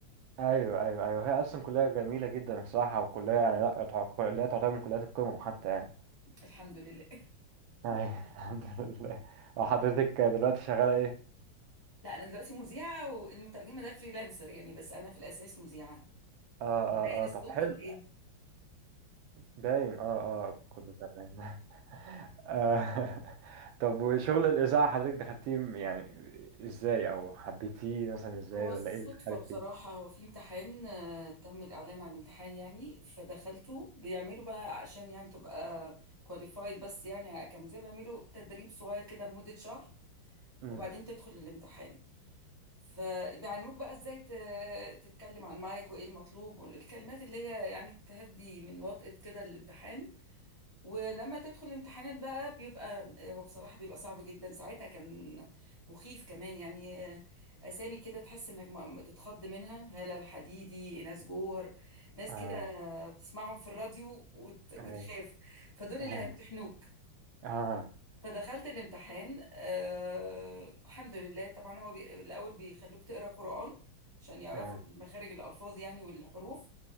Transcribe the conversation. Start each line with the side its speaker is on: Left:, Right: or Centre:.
Right: أيوه أيوه أيوه هي أصلا كلية جميلة جدا الصراحة وكلية يعني لا تعتبر- كلية تعتبر من كليات القمم حتى يعني
Left: الحمد لله
Right: أيوة، <laughs> الحمد لله اه حضرتك دلوقتي شغالة ايه؟
Left: <laughs> لا انا دلوقتي مذيعة والمترجمة ده فريلانسر يعني بس انا في الاساس مذيعة
Right: اه
Left: مش
Right: اه
Left: باين الصوت
Right: اه طب حلو
Left: ولا ايه
Right: باين اه اه كله تمام <laughs> آه طب وشغل الإذاعة حضرتك دخلتيه م- يعني ازاي او حبيتيه مثلا ازاي
Left: هو الصدفة
Right: ولا ايه اللي دخلك
Left: بصراحة
Right: فيه؟
Left: هو في امتحان آه، تم الإعلان عن امتحان يعني فدخلته بيعملوا بقى عشان يعني تبقى كواليفايد بس يعني كمذيع بيعملوا تدريب صغير كده لمدة شهر
Right: امم
Left: وبعدين تدخل الامتحان فبيعلموك بقى ازاي ت- تتكلم على المايك وايه المطلوب والكلمات اللي هي يعني تهدي من وطأة كده الامتحان ولما تدخل الامتحانات بقى بيبقى هو بصراحة بيبقى صعب جدا ساعتها كان مخيف كمان يعني آه، أسامي كده تحس إنك ما- ما تتخض منها هالة الحديدي ناس جوهر ناس
Right: اه
Left: كده آه، بتسمعهم في الراديو وت- وتخاف
Right: ايوه
Left: فدول
Right: ايوه
Left: اللي هيمتحنوك
Right: اه
Left: فدخلت الامتحان أه الحمد لله طبعا هو بي... الأول بيخلوك تقرأ قرآن عشان يعرفوا
Right: اه
Left: مخارج الألفاظ يعني والحروف